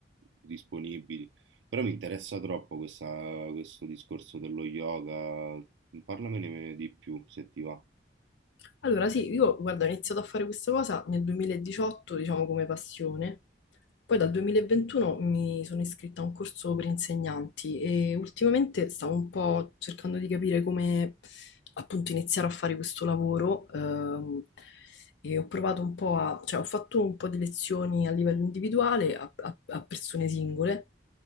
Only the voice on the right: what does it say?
disponibili. Però mi interessa troppo questa- questo discorso dello yoga. Parlamene di più se ti va.